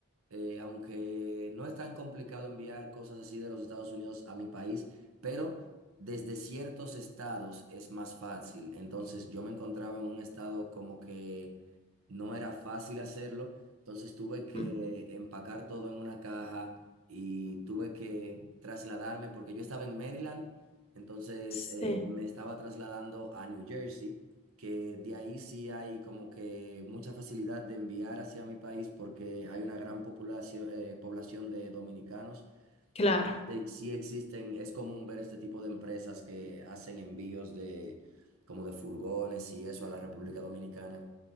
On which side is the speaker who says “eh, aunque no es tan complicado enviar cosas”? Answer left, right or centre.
Right